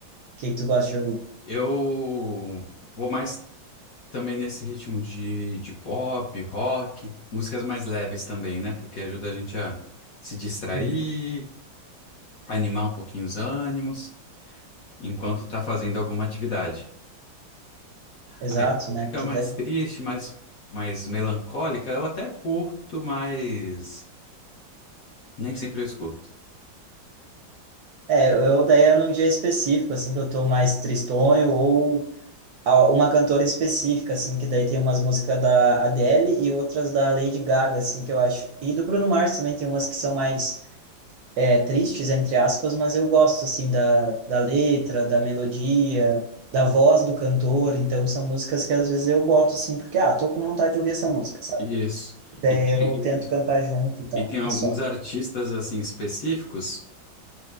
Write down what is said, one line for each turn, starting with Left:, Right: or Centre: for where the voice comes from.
Right: que que tu gosta de ouvir?
Left: eu vou mais também nesse ritmo de, de pop, rock, músicas mais leves também, né? Porque ajuda a gente a se distrair,
Right: Uhum.
Left: animar um pouquinho os ânimos, enquanto tá fazendo alguma atividade.
Right: Exato,
Left: Aí música
Right: né? Porque
Left: mais
Right: daí...
Left: triste, mais, mais melancólica, eu até curto, mas nem sempre eu escuto.
Right: É, eu daí é num dia específico, assim, que eu tô mais tristonho ou a- uma cantora específica, assim, que daí tem umas músicas da Adele e outras da Lady Gaga, assim, que eu acho. E do Bruno Mars também tem umas que são mais é, tristes, entre aspas, mas eu gosto, assim, da, da letra, da melodia, da voz do cantor. Então, são músicas que às vezes eu boto, assim, porque, ah, tô com vontade de ouvir essa música, sabe?
Left: Isso.
Right: Daí
Left: E tem,
Right: eu tento
Left: e-
Right: cantar junto e tal,
Left: e tem alguns
Right: é só.
Left: artistas assim específicos